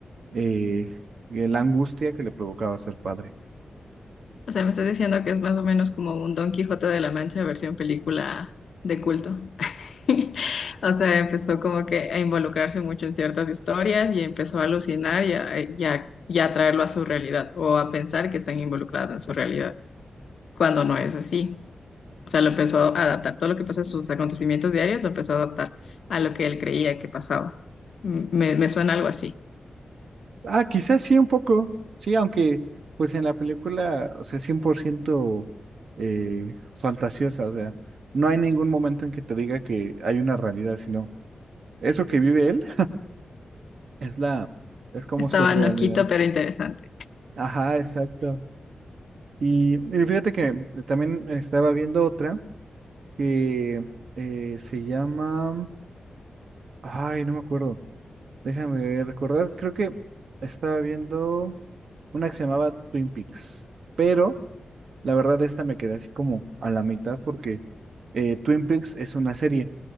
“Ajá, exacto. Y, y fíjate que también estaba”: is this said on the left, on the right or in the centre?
Right